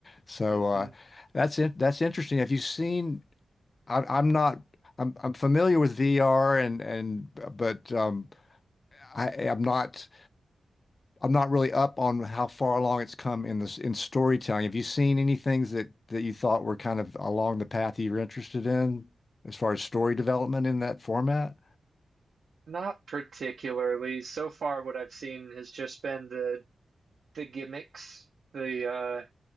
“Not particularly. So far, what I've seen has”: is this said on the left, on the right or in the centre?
Right